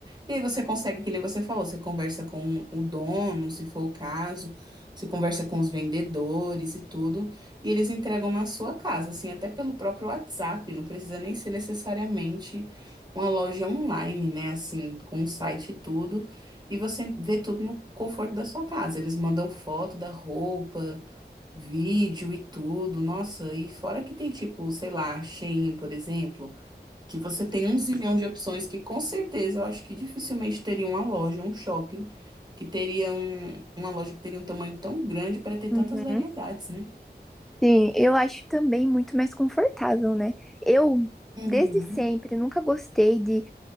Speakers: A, on the right (about 25°); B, in the centre.
A: E aí você consegue, que nem você falou, você conversa com o dono, se for o caso, você conversa com os vendedores e tudo, e eles entregam na sua casa, assim, até pelo próprio WhatsApp, não precisa nem ser necessariamente uma loja online, né? Assim, com o site e tudo, e você vê tudo no conforto da sua casa. Eles mandam foto da roupa vídeo e tudo. Nossa, e fora que tem tipo, sei lá, Shein, por exemplo, que você tem um zilhão de opções que com certeza eu acho que dificilmente teria uma loja, um shopping que teria um, uma loja que teria um tamanho tão grande para ter tantas
B: uhum.
A: variedades, né?
B: Sim, eu acho também muito mais confortável, né? Eu,
A: Uhum,
B: desde sempre, nunca gostei de